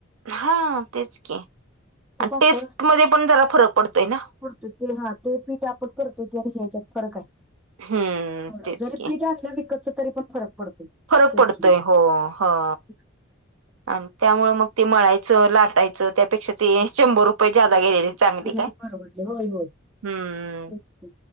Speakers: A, on the right; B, in the centre.
A: हां तेच की आणि
B: ते पातळ
A: टेस्ट मध्ये पण जरा फरक पडतोय ना.
B: तो तेल हा ते पीठ आपण करतो ते आणि ह्याच्यात फरक हाय
A: हम्म
B: थोडा.
A: तेच
B: जरी
A: की
B: पीठ आणलं विकतच तरी पण फरक पडतो
A: फरक
B: टेस्टमध्ये
A: पडतोय हो ह.
B: तेच की.
A: आणि त्यामुळे मग ते मळायचं, लाटायचं त्यापेक्षा ते
B: होय.
A: शंभर रुपये ज्यादा गेलेले चांगली
B: गेल्याने
A: काय,
B: परवडले होय होय.
A: हम्म.
B: तेच की.